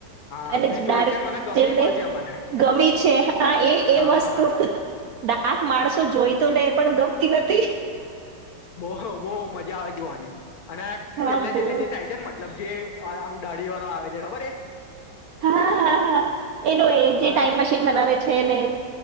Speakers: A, on the left; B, on the right.
A: હા
B: અને
A: મેં
B: ડાર્ક
A: જોઈ છે ને મને ગમી
B: જેમને
A: પણ છે મને
B: ગમી છે હા એ એ
A: હા
B: વસ્તુ
A: હા
B: ડાક માણસો જોઈ તો લે પણ. <inaudible>
A: બહ બઓ મજા આવે જોવાની. અને
B: હા
A: છેલ્લે
B: બહુ
A: છેલ્લે જે થાય છેર ને મતલબ જે આમ દાઢી વાળો આવે છે ખબર હે?
B: હા હ હા એનો એ જે
A: અને
B: ટાાઈમ મશીન બનાવે છે ને.